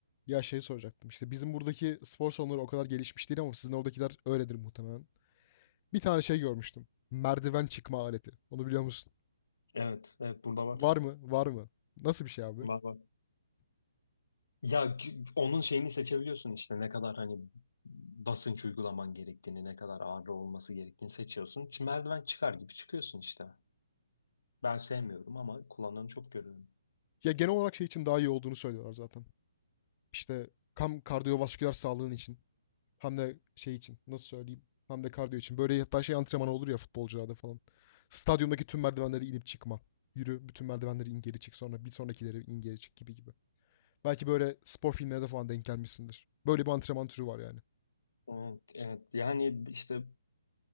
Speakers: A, on the left (about 25°); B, on the left (about 75°).
A: Ya şey soracaktım İşte bizim buradaki spor salonları o kadar gelişmiş değil ama sizin oradakiler öyledir muhtemelen. Bir tane şey görmüştüm. Merdiven çıkma aleti. Onu biliyor musun?
B: Evet, evet burada var.
A: Var mı? Var mı? Nasıl bir şey abi?
B: Var var. Ya c- onun şeyini seçebiliyorsun işte ne kadar hani basınç uygulaman gerektiğini, ne kadar ağır olması gerektiğini seçiyorsun. Çi- Merdiven çıkar gibi çıkıyorsun işte. Ben sevmiyorum ama kullananı çok görüyorum.
A: Ya genel olarak şey için daha iyi olduğunu söylüyorlar zaten. İşte kam kardiyovasküler sağlığın için. Hem de şey için nasıl söyleyeyim? Hem de kardiyo için. Böyle hatta şey antrenmanı olur ya futbolcularda falan. Stadyumdaki tüm merdivenleri inip çıkma. Yürü bütün merdivenleri in geri çık sonra bir sonrakileri in geri çık gibi gibi. Belki böyle spor filmlerine de falan denk gelmişsindir. Böyle bir antrenman türü var yani.
B: Evet, evet. Yani işte